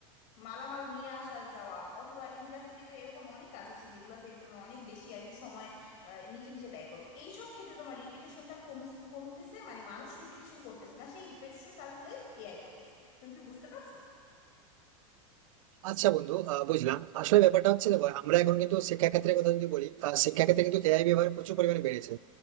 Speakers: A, on the left (about 50°); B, on the right (about 70°).
A: মালামাল নিয়ে আসা যাওয়া অথবা ইন্ডাস্ট্রিতে এরকম অনেক কাজ আছে যেগুলোতে তুমি অনেক বেশি আর কি সময় আহ, নিজে নিজে ব্যয় করো এইসব ক্ষেত্রে তোমার রিপিটেশনটা কম কমতেছে মানে মানুষ রিপিটেশন করতেছে না সেই রিপিটেশন কাজগুলোই এআই করতেছে তুমি কি বুঝতে পারছো
B: আচ্ছা বন্ধু আহ, বুঝলাম আসলে ব্যাপারটা হচ্ছে দেখো আমরা এখন কিন্তু শিক্ষাক্ষেত্রের কথা যদি বলি আহ, শিক্ষাক্ষেত্রে কিন্তু এআই ব্যবহার প্রচুর পরিমাণে বেড়েছে